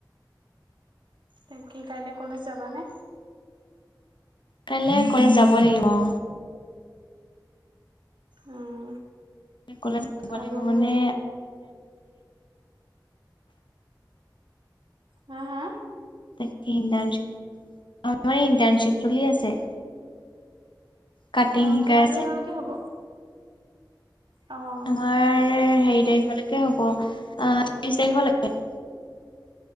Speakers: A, on the right; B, on the left.
A: বাকী কাইলৈ কলেজ যাবা নে?
B: কাইলৈ কলেজ যাব লাগিব। অ'!
A: উম,
B: কলেজ যাব
A: আৰু
B: লাগিব। মানে,
A: হা, হা?
B: তাকে ইণ্টাৰ্ণশ্বিপ, আমাৰ ইণ্টাৰ্ণশ্বিপ চলি আছে। কাটিং
A: অ'!
B: শিকাই
A: কিমান
B: আছে
A: দিনলৈকে হ'ব? অ',
B: আমাৰ সেৰি তাৰিখলৈকে হ'ব, অ'! ত্ৰিশ তাৰিখলৈকে।